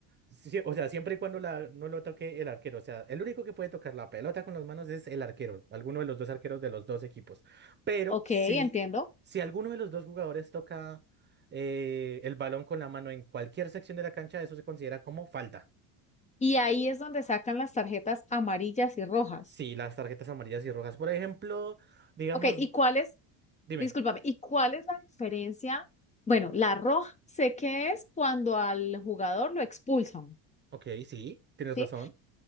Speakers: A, on the right; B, on the left.
A: Sí, o sea, siempre y cuando la, no lo toque el arquero. O sea, el único que puede tocar la pelota con las manos es el arquero, alguno de los dos arqueros de los dos equipos. Pero
B: Ok,
A: si,
B: entiendo.
A: si alguno de los dos jugadores toca eh, el balón con la mano en cualquier sección de la cancha, eso se considera como falta.
B: Y ahí es donde sacan las tarjetas amarillas y rojas.
A: Sí, las tarjetas amarillas y rojas. Por ejemplo, digamos,
B: Ok, ¿y cuáles
A: dime,
B: Discúlpame, ¿y cuál es la diferencia? Bueno, la roja sé que es cuando al jugador lo expulsan,
A: ok, sí, tienes
B: ¿sí?
A: razón.